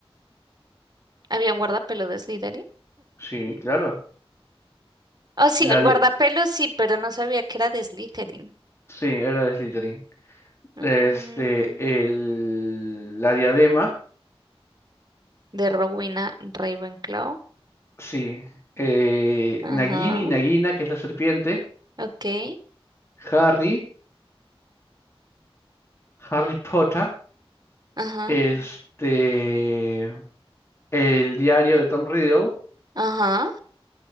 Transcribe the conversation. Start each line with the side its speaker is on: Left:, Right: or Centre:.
Right: ¿Había un guardapelo de Slytherin?
Left: sí, claro.
Right: Oh, sí,
Left: La
Right: el guardapelo
Left: dia-
Right: sí, pero no sabía que era de Slytherin.
Left: sí, era de Slytherin.
Right: Mm,
Left: Este, el... la diadema.
Right: de Rowena Ravenclaw.
Left: Sí. Eh,
Right: Ajá,
Left: Nagini, Nagina, que es la serpiente.
Right: ok,
Left: Harry, Harry Potter.
Right: ajá,
Left: Este, el diario de Tom Riddle.
Right: ajá,